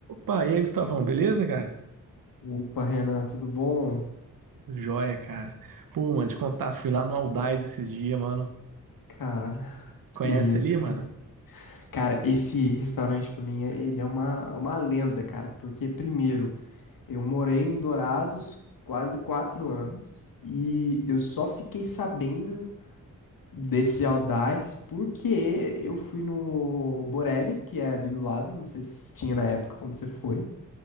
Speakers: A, on the right; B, on the left.
A: Pá, e aí, Gustavão, beleza, cara?
B: Opa, Renan, tudo bom?
A: Joia, cara. Pô, mano, te contar, fui lá no Aldaz esses dias, mano.
B: Cara, <laughs> que
A: Conhece
B: isso,
A: ali,
B: cara.
A: mano?
B: Cara, esse restaurante pra mim, é- ele é uma, é uma lenda, cara, porque primeiro, eu morei em Dourados quase quatro anos e eu só fiquei sabendo desse Aldais porque eu fui no Borelli, que é ali do lado, não sei se tinha na época quando você foi.